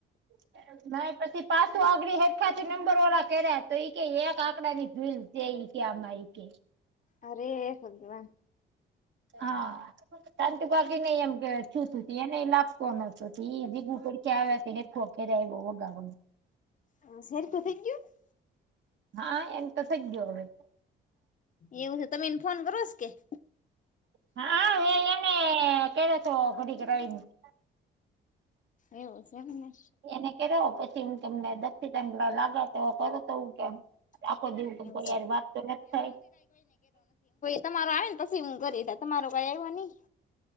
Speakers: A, on the right (about 65°); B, on the left (about 40°).
A: <inaudible> ના પછી પાછું આગળડી હેઠખાથી નંબર વાળા કર્યા તોઈ કે એક આંકડા ની જોઈ જઈ કે અમમા કે.
B: અરે શધવા
A: હા તંતુ બાકી નઈ એમ કેું તું એને લાગતો નતો બીુડ ક્યાં તેર ખોકેરે એ બો ગમાં.
B: હ સેર તો તૈંગ્યું. <unintelligible> <inaudible>
A: હા એંત સજજ્યો હોવે. <inaudible> <unintelligible>
B: એવું છે તમે એને ફોન કરોસ કે. <inaudible>
A: હા એને ક હતો ઘડીક રવીને. <inaudible> <unintelligible>
B: એવું છે મને
A: એને કેો પછી હું તમને દી ત લાગાવ તો કરું. તોું કેમ આખો દેવું કે
B: એવું
A: કોઈયાર
B: છે
A: વાત તો નથી થાય.
B: તમારરો આવે ને પછી હું કરી તમારરો કઈ આવ્યો નહી.